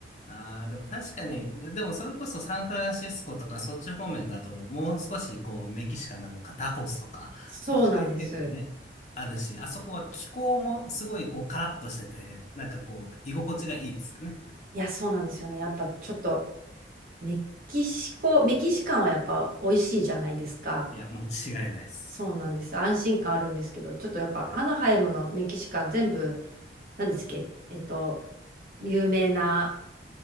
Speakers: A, on the left (about 40°); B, on the right (about 50°).
A: ああ、でも確かに、でもそれこそサンフランシスコとかそっち方面だと、もう少しこうメキシカンなタコスとか、
B: そうなんです。
A: そっち系が結構ね、あるし、あそこは気候もすごいこうカラッとしてて、なんかこう居心地がいいですよね。
B: いや、そうなんですよね。やっぱちょっと、
A: うん
B: メキシコ、メキシカンはやっぱ美味しいじゃないですか。
A: いや、間違いないです。
B: そうなんです。安心感あるんですけど、ちょっとやっぱアナハイムのメキシカン全部、
A: はい。
B: 何ですっけ、えっと、有名な